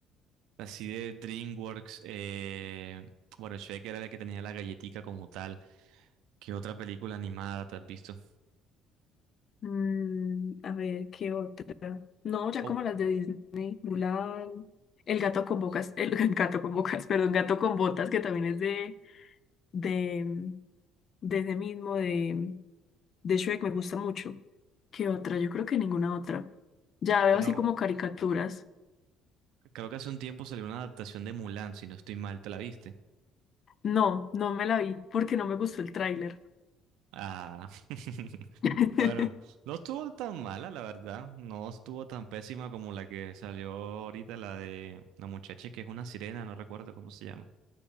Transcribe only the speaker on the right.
Así de DreamWorks, eh, bueno, Shrek era la que tenía la galletica como tal. ¿Qué otra película animada te has visto?
Au,
bueno,
Creo que hace un tiempo salió una adaptación de Mulan, si no estoy mal, ¿te la viste?
Ah. <laughs>
Bueno, no estuvo tan mala, la verdad. No estuvo tan pésima como la que salió ahorita, la de la muchacha que es una sirena, no recuerdo cómo se llama.